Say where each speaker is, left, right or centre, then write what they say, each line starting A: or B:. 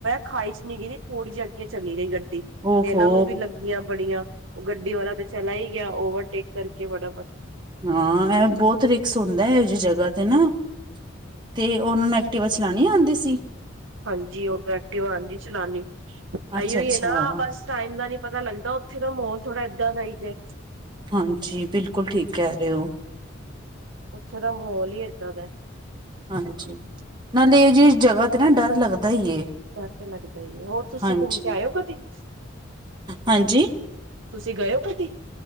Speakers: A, on the right; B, on the right.
A: ਖਾਈ'ਚ ਨੀ ਗਿਰੀ। ਥੋੜੀ ਜਿਹੀ ਅੱਗੇ ਚਲੀ ਗਈ ਗੱਡੀ,
B: ਓਹੋ
A: ਤੇ ਇਹਨਾਂ ਨੂੰ ਵੀ ਲੱਗੀਆਂ। ਬੜੀਆਂ, ਓ ਗੱਡੀ ਵਾਲਾ ਤੇ ਚਲਾ ਹੀ ਗਿਆ ਓਵਰਟੇਕ ਕਰਕੇ ਫਟਾਫਟ
B: ਹਾਂ, ਐਹ ਬਹੁਤ ਰਿਕਸ ਹੁੰਦਾ, ਐਹੋ ਜਿਹੀ ਜਗ੍ਹਾ ਤੇ ਨਾ। ਤੇ ਉਹਨਾ ਨੂੰ ਐਕਟਿਵਾ ਚਲਾਉਣੀ ਆਉਂਦੀ ਸੀ?
A: ਹਾਂਜੀ, ਓ ਐਕਟਿਵਾ ਆਂਉਦੀ ਚਲਾਨੀ,
B: ਅੱਛਾ
A: ਇਹੀਓ
B: ਅੱਛਾ
A: ਆ ਨਾ ਬਸ ਟਾਈਮ ਦਾ ਨੀ ਪਤਾ ਲੱਗਦਾ, ਉੱਥੇ ਦਾ ਮਾਹੌਲ ਥੋੜ੍ਹਾ ਐਦਾਂ ਦਾ ਹੀ ਜੇ
B: ਹਾਂਜੀ, ਬਿਲਕੁਲ ਠੀਕ ਕਹਿ ਰਹੇ ਓ।
A: ਉੱਥੇ ਦਾ ਮਾਹੌਲ ਹੀ ਐਦਾਂ ਦਾ
B: ਹਾਂਜੀ, ਨਾਲੇ ਇਹੋ ਜਿਹੀ ਜਗ੍ਹਾ ਤੇ ਨਾ ਡਰ ਲੱਗਦਾ ਈ ਏ।
A: ਡਰ ਤੇ ਲੱਗਦਾ ਹੀ ਏ, ਹੋਰ ਤੁਸੀਂ
B: ਹਾਂਜੀ
A: ਘੁੰਮ ਕੇ ਆਏ ਓ ਕਦੀ
B: ਹਾਂਜੀ
A: ਤੁਸੀਂ ਗਏ ਓ ਕਦੀ?